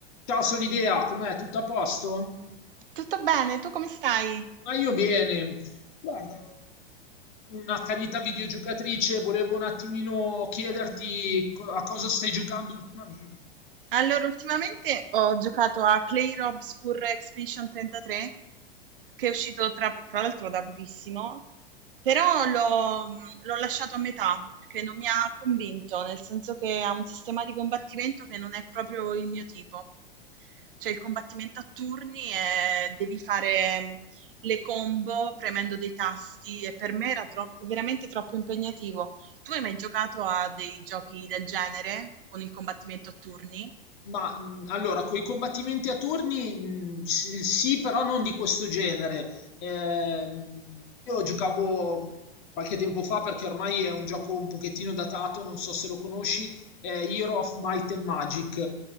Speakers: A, on the left; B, on the right.
A: Ciao Solidea, com'è? Tutto a posto?
B: Tutto bene, tu come stai?
A: Ma io bene. Guarda, un'accanita videogiocatrice, volevo un attimino chiederti co- a cosa stai giocando ultimamente.
B: Allora, ultimamente ho giocato a Clay Obscure Expedition 33, che è uscito tra, tra l'altro da pochissimo, però l'ho l'ho lasciato a metà perché non mi ha convinto, nel senso che ha un sistema di combattimento che non è proprio il mio tipo. Cioè il combattimento a turni e devi fare mm, le combo premendo dei tasti e per me era troppo, veramente troppo impegnativo. Tu hai mai giocato a dei giochi del genere con il combattimento a turni?
A: Ma mh, allora, con i combattimenti a turni, mh, sì, sì, però non di questo genere. Ehm, io giocavo qualche tempo fa perché ormai è un gioco un pochettino datato, non so se lo conosci, eh, Hero of Might and Magic.